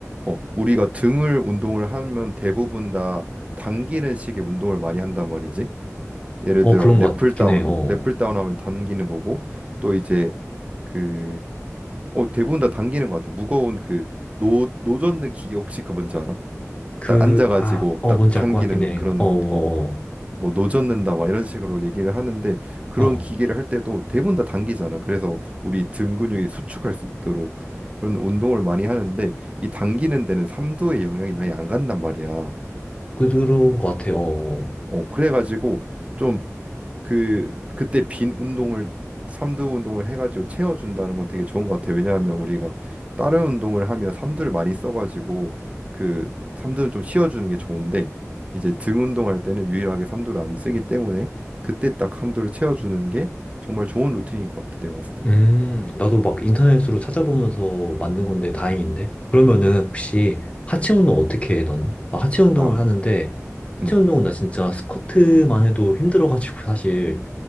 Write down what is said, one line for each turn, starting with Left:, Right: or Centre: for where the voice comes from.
Right: 어, 우리가 등을 운동을 하면 대부분 다 당기는 식의 운동을 많이 한단 말이지. 예를
Left: 어,
Right: 들어
Left: 그런
Right: 랩을
Left: 것 같긴
Right: 다운,
Left: 해. 어,
Right: 랩을 다운 하면 당기는 거고 또 이제 그 어, 대부분 다 당기는 것 같아. 무거운 그 노, 노젓는 기계 혹시 그 뭔지 알아?
Left: 그,
Right: 딱 앉아가지고
Left: 아, 어,
Right: 딱
Left: 뭔지
Right: 당기는
Left: 알 것 같긴 해.
Right: 그런
Left: 어, 어,
Right: 어, 뭐 노젓는다 막 이런 식으로 얘기를 하는데 그런
Left: 어, 어.
Right: 기계를 할 때도 대부분 다 당기잖아. 그래서 우리 등 근육이 수축할 수 있도록 그런 운동을 많이 하는데 이 당기는 데는 삼두의 영향이 많이 안 간단 말이야.
Left: 그- 그런 것 같아. 어. 어.
Right: 어, 그래가지고 좀 그 그때 빈 운동을 삼두 운동을 해가지고 채워준다는 건 되게 좋은 것 같아요. 왜냐하면 우리가 다른 운동을 하면 삼두를 많이 써가지고 그 삼두는 좀 쉬어주는 게 좋은데 이제 등 운동할 때는 유일하게 삼두를 안 쓰기 때문에 그때 딱 삼두를 채워주는 게 정말 좋은 루틴인 것 같아. 내가 봤을 땐.
Left: 음, 나도 막 인터넷으로 찾아보면서 만든 건데 다행인데. 그러면은 혹시 하체 운동 어떻게 해, 너는? 아, 하체 운동을
Right: 아,
Left: 하는데,
Right: 음,
Left: 하체 운동은 나 진짜 스쿼트만 해도 힘들어가지고 <laughs> 사실